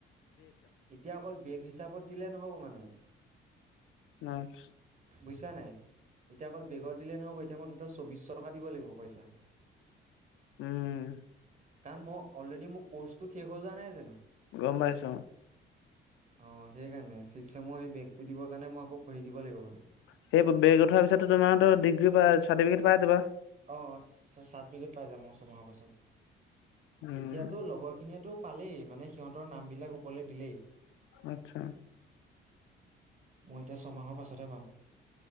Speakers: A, on the right; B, on the left.
A: এতিয়া অকল বেগ হিচাপত দিলে নহ'ব মানে
B: নাই <unintelligible>
A: বুজিছা নাই এতিয়া অকল বেগৰ দিলে নহ'ব এতিয়া মই দুটা চৌবিশ টকা দিব লাগিব পইচা
B: উম
A: কাৰণ মই অলৰেডি মোৰ কৰ্চটো শেষ হৈ যোৱা নাই জানো
B: গম পাইছো
A: অ সেইকাৰণে ফিপ সেমৰ সেই বেগতটো দিবৰ কাৰণে মই আকৌ পঢ়ি দিব লাগিব মানে
B: সেই বেগ উঠাৰ পিছতো তোমাৰো ডিগ্ৰী পাছ চাৰ্টিফিকেট পাই যাবা
A: অ চাৰ্টিফিকেট পাই যাম মই ছমাহৰ পাছত
B: উম।
A: এতিয়াতো লগৰ খিনিয়েতো পালেই মানে সিহঁতৰ নাম বিলাক ওপৰলে দিলেই
B: আচ্ছা
A: মই এতিয়া ছমাহৰ পাছতহে পাম